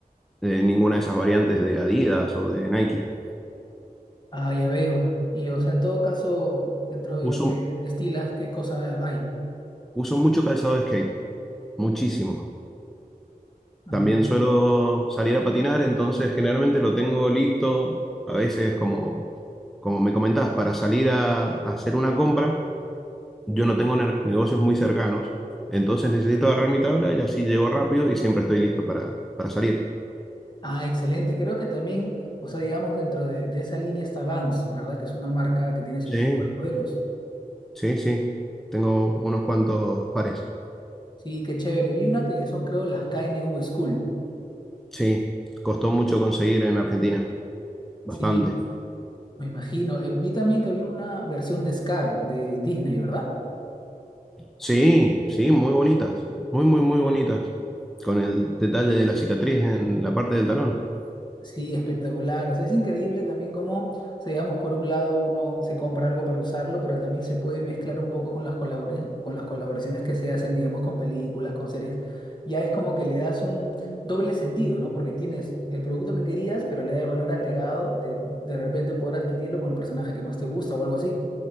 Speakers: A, in the centre; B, on the left.
A: eh, ninguna de esas variantes de Adidas o de Nike.
B: Ah, ya veo. Y o sea, en todo caso, dentro de
A: Uso,
B: lo que estilas, ¿qué cosa hay?
A: uso mucho calzado de skate, muchísimo.
B: Ah,
A: También suelo salir a patinar, entonces generalmente lo tengo listo, a veces como, como me comentás, para salir a a hacer una compra. yo no tengo ne- negocios muy cercanos, entonces necesito agarrar mi tabla y así llego rápido y siempre estoy listo para, para salir.
B: Ah, excelente. Creo que también, o sea, digamos, dentro de, de esa línea está Vans, ¿verdad? Que es una marca que tiene ese
A: Sí,
B: tipo de modelos.
A: sí, sí. Tengo unos cuantos pares.
B: Sí, qué chévere. Vi una que son, creo, las K N U School.
A: Sí, costó mucho conseguir en Argentina, bastante.
B: Sí, me imagino. Eh, vi también que había una versión de Scar de Disney, ¿verdad?
A: Sí, sí, muy bonitas, muy, muy, muy bonitas, con el detalle de la cicatriz en la parte del talón.
B: Sí, espectacular. O sea, es increíble también cómo, o sea, digamos, por un lado uno se compra algo para usarlo, pero también se puede mezclar un poco con las colabora- con las colaboraciones que se hacen, digamos, con películas, con series. Ya es como que le das un doble sentido, ¿no? Porque tienes el producto que querías, pero le da el valor agregado de de repente poder adquirirlo con el personaje que más te gusta o algo así.